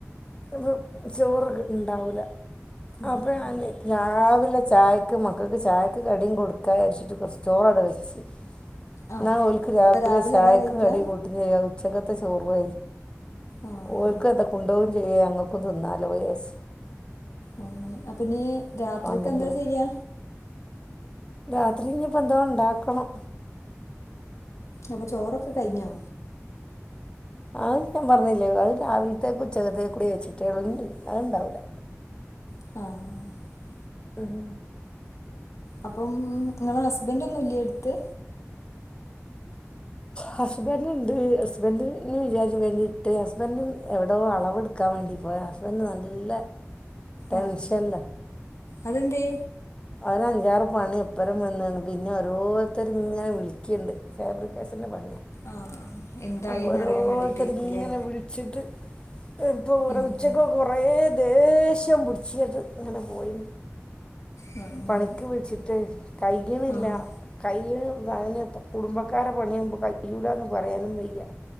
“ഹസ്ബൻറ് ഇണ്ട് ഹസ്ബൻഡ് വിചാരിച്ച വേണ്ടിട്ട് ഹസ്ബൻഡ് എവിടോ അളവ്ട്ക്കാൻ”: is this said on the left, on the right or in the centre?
Left